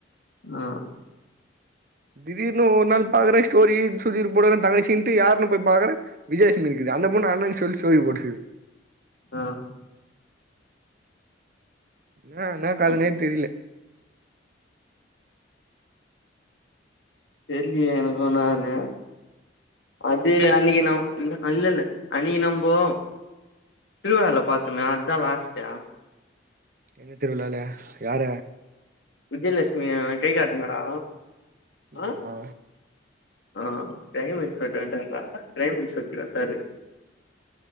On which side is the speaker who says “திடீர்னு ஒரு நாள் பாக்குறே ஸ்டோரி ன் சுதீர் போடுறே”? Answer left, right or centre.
Right